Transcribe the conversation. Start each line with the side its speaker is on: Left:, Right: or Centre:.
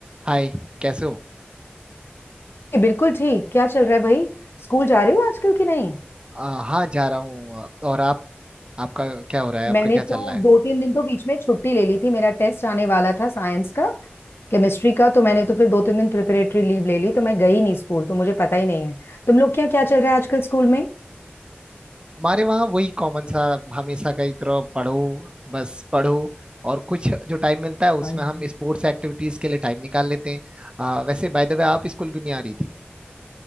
Right: हाय कैसे हो
Left: ये बिल्कुल ठीक क्या चल रहा है भाई स्कूल जा रहे हो आजकल कि नहीं
Right: आ, हाँ जा रहा हूँ और आप आपका क्या हो रहा है
Left: मैंने
Right: आपका क्या
Left: तो
Right: चल रहा है
Left: दो तीन दिन तो बीच में छुट्टी ले ली थी मेरा टेस्ट आने वाला था साइंस का केमिस्ट्री का तो मैंने तो फिर दो तीन दिन प्रिपरेटरी लीव ले ली तो मैं गई नहीं स्कूल तो मुझे पता ही नहीं है तुम लोग क्या क्या चल रहा है आजकल स्कूल
Right: हमारे वहाँ वही कॉमन सा हमेशा का ही तरह पढ़ो बस पढ़ो और कुछ जो टाइम मिलता है उसमें
Left: में
Right: हम स्पोर्ट्स एक्टिविटीज के लिए टाइम निकाल लेते हैं आ, वैसे बाय द वे आप स्कूल क्यों नहीं आ रही थी